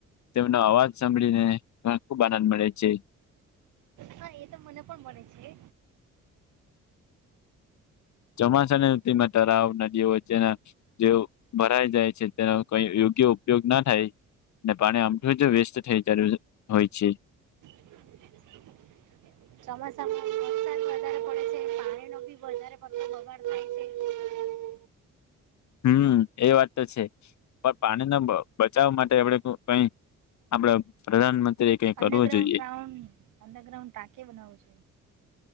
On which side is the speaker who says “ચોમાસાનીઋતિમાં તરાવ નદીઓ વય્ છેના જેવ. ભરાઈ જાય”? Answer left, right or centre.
Left